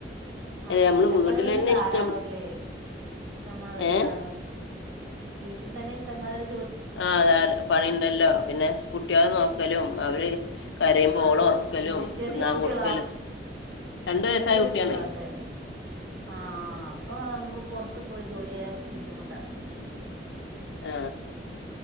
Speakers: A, on the right; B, on the left.
A: ആ വീട്ടിലെപ്പണി
B: നമ്മൾ വീട്ടിൽ
A: തന്നെ ധാരാളല്ലേ
B: ഇഷ്ടം
A: ഇഷ്ടം മാതര
B: ഏ
A: ആ വീട്ടിൽ തന്നെ ഇഷ്ടം മാതിരി
B: ആ അതെ പണിയുണ്ടല്ലോ പിന്നെ കുട്ടികളെ നോക്കലും അവര് കരയുമ്പം
A: ആ
B: ഓളെ ഉറക്കലും
A: കുട്ടികൾ ചെറിയ
B: തിന്നാൻ
A: കുട്ടികളാ
B: കൊടുക്കലും രണ്ട് വയസ്സായ
A: ചെറിയ
B: കുട്ടിയാണേ
A: കുട്ടികളാല്ലേ ആ അപ്പൊ നമുക്ക് പുറത്ത് പോയി ജോലി ചെയ്യാൻ ബുദ്ധിമുട്ടാണ്
B: ആ